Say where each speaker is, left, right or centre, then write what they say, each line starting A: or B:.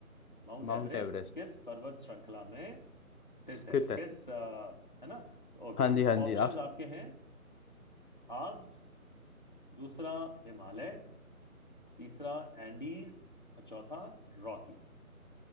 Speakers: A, on the left; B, on the left.
A: माउंट
B: माउंट
A: एवरेस्ट
B: एवरेस्ट
A: किस पर्वत श्रृंखला में स्थित
B: स्थित
A: है किस
B: है
A: अ, है ना ओके
B: हाँ जी
A: तो
B: हाँ जी
A: ऑप्शंस
B: आप
A: आपके हैं आल्प्स दूसरा हिमालय तीसरा एंडीज और चौथा रॉकी